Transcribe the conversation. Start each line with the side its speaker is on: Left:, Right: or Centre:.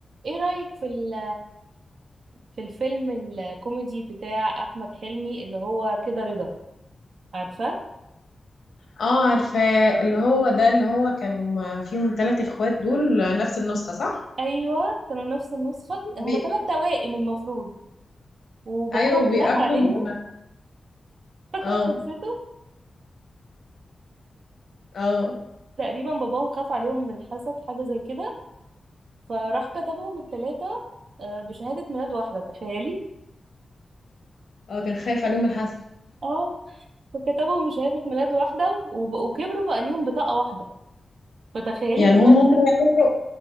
Right: ايه رأيك في ال في الفيلم الكوميدي بتاع احمد حلمي اللي هو كده رضا عارفة
Left: اه عارفاه اللي هو ده اللي هو كان فيهم ثلاث اخوات دول نفس النسخة صح؟
Right: ايوه كانوا نفس النسخة هما
Left: بي...
Right: ثلاث توائم المفروض وباباهم
Left: ايوه بيقابلوا
Right: خاف عليهم
Left: م-
Right: فاكرة
Left: اه
Right: قصته
Left: اه
Right: تقريبا باباهم خاف عليهم من الحسد حاجة زي كده فراح كتبهم الثلاثة بشهادة ميلاد واحدة تخيلي
Left: اه كان خايف عليهم الحسد
Right: اه فكتبهم بشهادة ميلاد واحدة وب- وكبروا بقى ليهم بطاقة واحدة فتخيلي
Left: يعني
Right: الكارثة
Left: هم هم يعتبروا